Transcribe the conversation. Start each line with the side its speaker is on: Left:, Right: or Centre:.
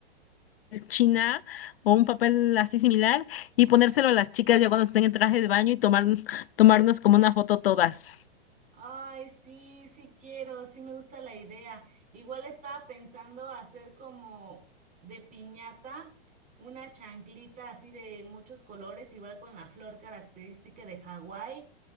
Left: china o un papel así similar y ponérselo a las chicas ya cuando estén en traje de baño y tomar, tomarnos como una foto todas.
Right: Ay, sí, sí quiero, sí me gusta la idea. Igual estaba pensando hacer como de piñata una chanclita así de muchos colores, igual con la flor característica de Hawái